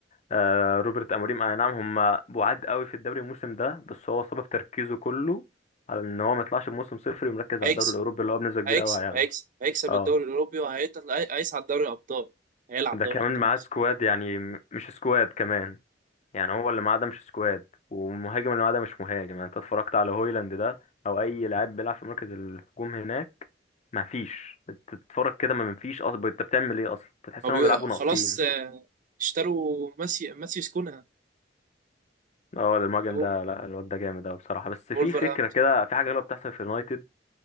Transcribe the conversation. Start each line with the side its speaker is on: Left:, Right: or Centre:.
Left: آه، روبرت اموريم اي نعم هم بعاد قوي في الدوري الموسم ده بس هو سبب تركيزه كله على ان هو ما يطلعش بموسم صفر ومركز
Right: هيكسب
Left: على الدوري الاوروبي اللي هو بنسبه كبيره
Right: هيكسب
Left: قوي هياخده
Right: هيكسب هيكسب
Left: اه
Right: الدوري الاوروبي وهيطلع هيصعد دوري الابطال هيلعب
Left: ده
Right: دوري
Left: كمان
Right: الابطال
Left: معاه
Right: الموسم
Left: سكواد
Right: الجاي
Left: يعني م- مش سكواد كمان يعني هو اللي معاه ده مش سكواد والمهاجم اللي معاه ده مش مهاجم يعني انت اتفرجت على هويلاند ده او اي لاعب بيلعب في مركز الهجوم هناك ما فيش تتفرج كده ما فيش اصلا انت بتعمل ايه اصلا انت تحس
Right: هو بي-
Left: انهم بيلعبوا ناقصين
Right: خلاص آه، اشتروا ماسي ماسيوس كونها
Left: اه ده المهاجم
Right: جابوه
Left: ده
Right: من
Left: لا الواد ده جامد اوي بصراحه بس
Right: وولفرهامبتون
Left: في فكره كده في حاجه غلط بتحصل في اليونايتد